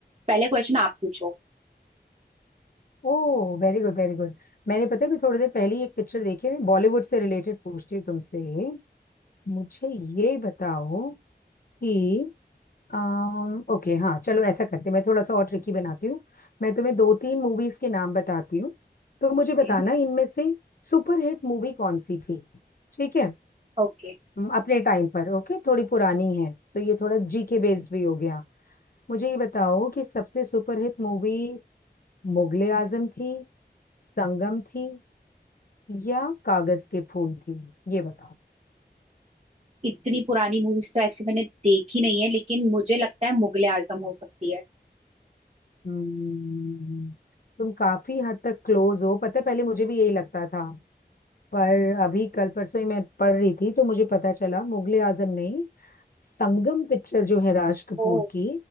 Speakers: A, on the right; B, on the left.
A: पहले क्वेश्चन आप पूछो
B: Oh very good very good मैंने पता है भी थोड़ी देर पहले ही एक पिक्चर देखी है। मैं बॉलीवुड से रिलेटेड पूछती हूँ तुमसे मुझे ये बताओ कि अम ओके हाँ चलो ऐसा करते हैं, मैं थोड़ा सा और ट्रिकी बनाती हूँ मैं तुम्हें दो तीन मूवीज के नाम बताती हूँ तो मुझे
A: Okay
B: बताना इनमें से सुपरहिट मूवी कौन सी थी ठीक है
A: okay
B: हम्म, अपने टाइम पर ओके थोड़ी पुरानी है तो ये थोड़ा जीके बेस्ड भी हो गया मुझे ये बताओ कि सबसे सुपरहिट मूवी मुगले आजम थी संगम थी या कागज के फूल थी ये बताओ
A: इतनी पुरानी मूवीज तो ऐसे मैंने देखी नहीं है लेकिन मुझे लगता है मुगले आजम हो सकती है
B: हम्म तुम काफी हद तक क्लोज हो पता है पहले मुझे भी यही लगता था पर अभी कल परसों ही मैं पढ़ रही थी तो मुझे पता चला मुगले आजम नहीं संगम पिक्चर जो है राज कपूर
A: ओ
B: की